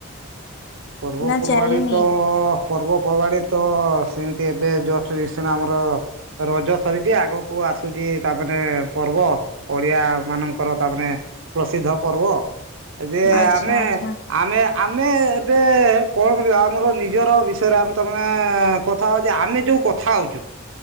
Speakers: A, on the right; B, on the left.
A: ପର୍ବପର୍ବାଣୀ
B: ନା ଚାଲିନି?
A: ତ ଅ ପର୍ବପର୍ବାଣି ତ ସେମିତି ଏବେ ଜଷ୍ଟ ରିସେଣ୍ଟ ଆମର ରଜ ସରିଛି ଆଗକୁ ଆସୁଛି ତା ମାନେ ପର୍ବ ଓଡିଆ ମାନଙ୍କର ତାମାନେ ପ୍ରସିଦ୍ଧ ପର୍ବ ଯେ
B: ଆଚ୍ଛା
A: ଆମେ
B: ଆଚ୍ଛା
A: ଆମେ ଆମେ ଏବେ ଏ କଣ କରିବା ଆମର ନିଜର ବିଷୟରେ ଆମେ ତମେ କଥା ହବା ଆମେ ଯୋଉ କଥା ହଉଛୁ